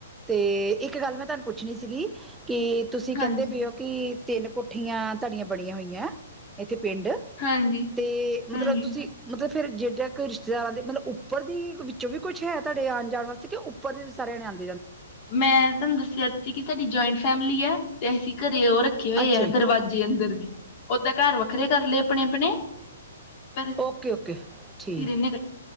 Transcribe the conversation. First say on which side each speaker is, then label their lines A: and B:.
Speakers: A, in the centre; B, on the left.
A: ਤੇ ਇੱਕ ਗੱਲ ਮੈਂ ਤੁਹਾਨੂੰ ਪੁੱਛਣੀ ਸੀਗੀ ਕੀ ਤੁਸੀਂ ਕਹਿੰਦੇ
B: ਹਾਂਜੀ
A: ਪਏ ਹੋ ਕਿ ਤਿੰਨ ਕੋਠੀਆਂ ਤੁਹਾਡੀਆਂ ਬਣੀਆਂ ਹੋਈਆਂ। ਇਥੇ ਪਿੰਡ
B: ਹਾਂਜੀ
A: ਤੇ ਮਤਲਬ
B: ਹਾਂਜੀ
A: ਤੇ ਤੁਸੀਂ ਮਤਲਬ ਫਿਰ ਜੇਜਾ ਈ ਰਿਸ਼ਤੇਦਾਰਾਂ ਦੇ ਮਤਲਬ ਉੱਪਰ ਦੀ ਵਿੱਚੋਂ ਵੀ ਕੁਛ ਹੈ ਤੁਹਾਡੇ ਆਉਣ ਜਾਣ ਵਾਸਤੇ ਕਿ ਉੱਪਰ ਦੇ ਵੀ ਸਾਰੇ ਜਣੇ ਆਂਦੇ।
B: ਮੈਂ ਤੁਹਾਨੂੰ ਦੱਸਿਆ ਸੀ ਕਿ ਸਾਡੀ ਜੁਆਇੰਟ ਫੈਮਿਲੀ ਹੈ, ਤੇ ਅਸੀਂ ਘਰ ਤੇ ਔਹ ਰੱਖੇ ਹੋਏ
A: ਅੱਛਾ
B: ਹੈ
A: ਜੀ,
B: ਦਰਵਾਜ਼ੇ ਅੰਦਰ, ਦੀ ਓਦਾਂ ਘਰ ਵੱਖਰੇ ਕਰ ਲਏ ਆਪਣੇ ਆਪਣੇ। ਪਰ
A: ਔਕੇ ਔਕੇ ਠੀਕ
B: ਅਸੀਂ ਰਹਿੰਦੇ